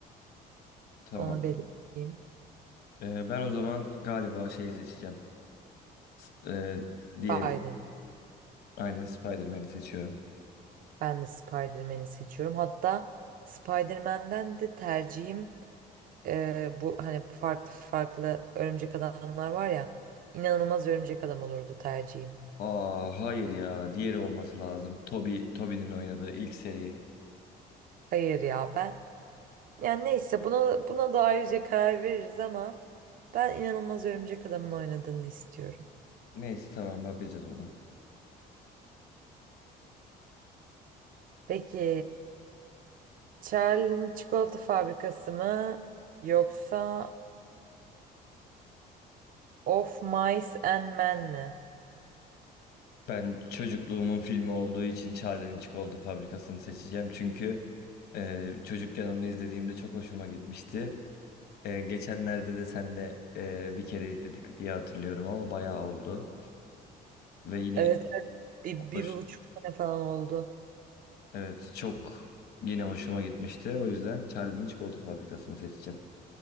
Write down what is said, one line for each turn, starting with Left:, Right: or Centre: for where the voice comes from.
Left: tamam.
Right: Onu belirteyim.
Left: E, ben o zaman galiba şeyi seçeceğim. S- E, diğeri.
Right: Spider.
Left: Aynen Spider-Man'i seçiyorum.
Right: Ben de Spider-Man'i seçiyorum. Hatta Spider-Man'den de tercihim e, bu hani farklı farklı örümcek adamlar var ya. inanılmaz örümcek adam olurdu tercihim.
Left: Aa hayır ya. Diğeri olması lazım. Toby, Toby'nin oynadığı ilk seri.
Right: Hayır ya ben yani neyse buna buna da ayrıca karar veririz ama ben inanılmaz örümcek adamın oynadığını istiyorum.
Left: Neyse tamam bakacağız ona.
Right: Peki Charlie'nin çikolata fabrikası mı yoksa Of Mice and Men mi?
Left: Ben çocukluğumun filmi olduğu için Charlie'nin Çikolata Fabrikası'nı seçeceğim. Çünkü ee, çocukken onu izlediğimde çok hoşuma gitmişti. Ee, geçenlerde de senle e, bir kere izledik diye hatırlıyorum ama bayağı oldu. Ve yine
Right: Evet, evet. Bir,
Left: hoş.
Right: bir, bir buçuk sene falan oldu.
Left: Evet çok yine hoşuma gitmişti. O yüzden Charlie'nin çikolata fabrikasını seçeceğim.